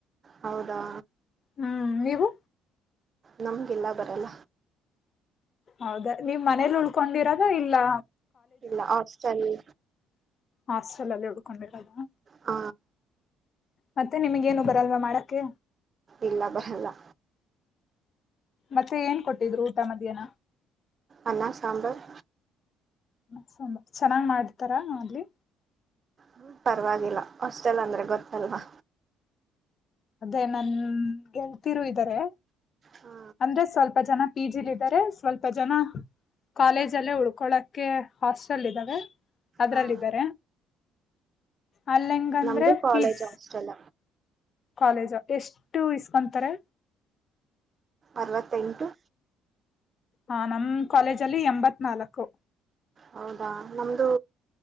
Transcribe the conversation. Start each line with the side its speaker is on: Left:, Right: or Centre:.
Right: ಹೌದಾ.
Left: ಹ್ಮ್ ನೀವು?
Right: ನಮ್ಗೆ ಎಲ್ಲಾ ಬರಲ್ಲ.
Left: ಹೌದಾ ನೀವ ಮನೆಯಲ್ಲೆ ಉಳಿಕೊಂಡಿರೋದ ಇಲ್ಲಾ
Right: ಇಲ್ಲ ಹಾಸ್ಟೆಲ್ ಅಲ್ಲಿ.
Left: ಹಾಸ್ಟೆಲ್ ಅಲ್ಲೇ ಉಳಕೊಂಡಿರೋದ?
Right: ಹ.
Left: ಮತ್ತೆ ನಿಮಗ ಏನು ಬರಲ್ವಾ ಮಾಡಕ್ಕೆ?
Right: ಇಲ್ಲಾ ಬರಲ್ಲ.
Left: ಮತ್ತೆ ಏನ ಕೊಟ್ಟಿದ್ರು ಊಟ ಮಧ್ಯಾನ?
Right: ಅನ್ನ, ಸಾಂಬರ್.
Left: ಅನ್ನ, ಸಾಂಬರ್ ಚೆನ್ನಾಗ ಮಾಡ್ತಾರ ಅಲ್ಲಿ?
Right: ಹಮ್ ಪರವಾಗಿಲ್ಲ ಹಾಸ್ಟೆಲ್ ಅಂದ್ರೆ ಗೊತ್ತಲ್ವಾ.
Left: ಅದೇ ನಮ್ಮ ಗೆಳತಿರು ಇದಾರೆ,
Right: ಹಾ
Left: ಅಂದ್ರೆ ಸ್ವಲ್ಪ ಜನ ಪಿಜಿಲಿ ಇದಾರೆ, ಸ್ವಲ್ಪ ಜನ ಕಾಲೇಜ್ ಅಲ್ಲೇ ಉಳಕೊಳಕ್ಕೆ ಹಾಸ್ಟೆಲ್ ಇದಾವೆ ಅದರಲಿ
Right: ಹಾ
Left: ಇದಾರೆ. ಅಲ್ಲ ಹೆಂಗ ಅಂದ್ರೆ
Right: ನಮ್ದು ಕಾಲೇಜ್
Left: ಫೀಸ್.
Right: ಹಾಸ್ಟೆಲ್
Left: ಕಾಲೇಜ್ ಎಷ್ಟು ಇಸಕೊಂದತ್ತಾರೆ?
Right: ಅರವತ್ತೆಂಟು.
Left: ಹಮ್ ನಮ್ಮ ಕಾಲೇಜ್ ಅಲ್ಲಿ ಎಂಬತ್ತ ನಾಲಕ್ಕು.
Right: ಹೌದಾ ನಮ್ದು